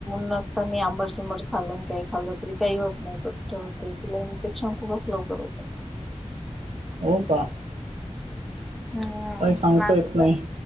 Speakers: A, in the centre; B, on the right (about 70°).
A: नसत नाही आंबरसुंबर खाल् काही खाल्लं तरी काही होत नाही पण हो तिला इन्फेक्शन खूपच लवकर होतं
B: हो का
A: हा
B: काही सांगता
A: माझ
B: येत नाही